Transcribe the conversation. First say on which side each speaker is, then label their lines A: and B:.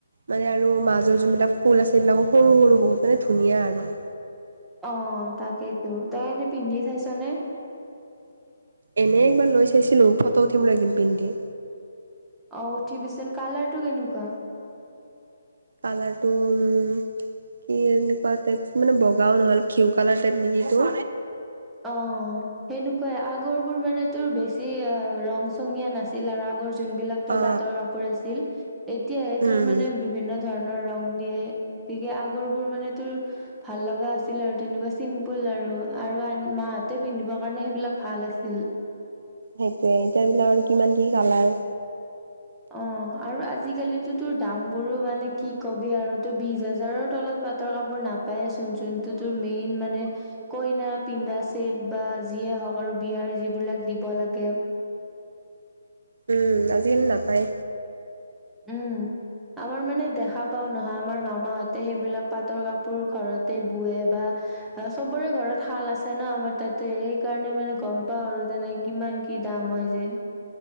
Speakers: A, on the right; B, in the centre.
A: মানে আৰু মাজৰ যোনবিলাক ফুল আছে এইবিলাকো সৰু সৰু বহুত মানে ধুনীয়া আৰু
B: অ' তাকেইতো তই এনে পিন্ধি চাইছ নে
A: এনে একবাৰ লৈ চাইছিলো ফটো উঠিম একদিন পিন্ধি
B: অ উঠিবিচোন কালাৰ টো কেনেকুৱা?
A: কালাৰটো উম! কি এনেকুৱা টাইপ মানে বগাও নহল ঘিউ কালাৰ টাইপ নেকি এইটো
B: অ সেনেকুৱাই আগৰ বোৰ মানে তোৰ বেছি অ ৰং চঙীয়া নাছিল। আগৰ যোন বিলাক তোৰ
A: অ
B: পাতৰ কাপোৰ আছিল এতিয়াহে
A: উম
B: তোৰ মানে বিভিন্ন ধৰণৰ ৰং দিয়ে গতিকে আগৰ বোৰ মানে তোৰ ভাল লগা আছিল আৰু তেনেকুৱা চিম্পুল আৰু আৰু মাহতে পিন্ধিবৰ কাৰণে সেইবিলাক ভাল আছিল।
A: সেইটোয়ে এতিয়া বিলাক আৰু কিমান কি কালাৰ
B: অ আৰু আজিকালি তোৰ দাম বোৰো মানে কি কবি আৰু তোৰ বিশ হাজাৰৰ তলত- পাটৰ কাপোৰ নাপায়চোন যোনটো তোৰ মেইন মানে কইনা পিন্ধা ছেট বা যিয়ে হওক আৰু বিয়াৰ যিবিলাক দিব লাগে।
A: উম আজি-কালি নাপায়।
B: উম আমাৰ মানে দেখা পাও নহা। আমাৰ মামাহঁতে সেইবিলাক পাটৰ কাপোৰ ঘৰতে বোৱে বা অ চবৰে ঘৰত শাল আছে ন আমাৰ তাতে সেইকাৰণে মানে গম পাও আৰু তেনে কিমান কি দাম মই যে-